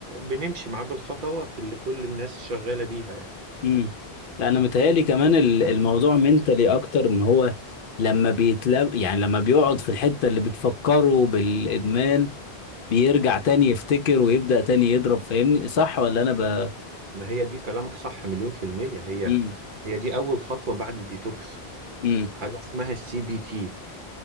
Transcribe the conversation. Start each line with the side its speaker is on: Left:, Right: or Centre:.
Right: بنمشي معاه بالخطوات اللي كل الناس شغالة بيها يعني
Left: مم. لا، انا متهيألي كمان ال- الموضوع منتلي اكتر ان هو لما بيتلم يعني لما بيقعد في الحتة اللي بتفكره بالادمان بيرجع تاني يفتكر ويبدأ تاني يضرب فاهمني صح ولا انا ب
Right: ما هي دي كلامك صح مليون في المية هي
Left: مم.
Right: هي دي أول خطوة بعد الديتوكس
Left: مم.
Right: حاجة اسمها السي بي تي